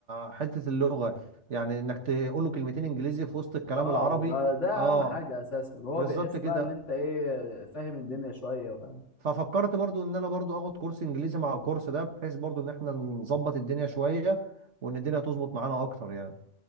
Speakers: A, on the right; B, on the left.
A: حته اللغه يعني انك تقول له كلمتين انجليزي في وسط الكلام
B: أه
A: العربي
B: ده ده
A: اه
B: أهم حاجة أساسا هو
A: بالظبط
B: بيحس
A: كده
B: بقى إن أنت إيه فاهم الدنيا شوية فاهم
A: ففكرت برضو ان انا برضو اخد كورس انجليزي مع الكورس ده بحيث برضو ان احنا نظبط الدنيا شوية وان الدنيا تظبط معانا اكتر يعني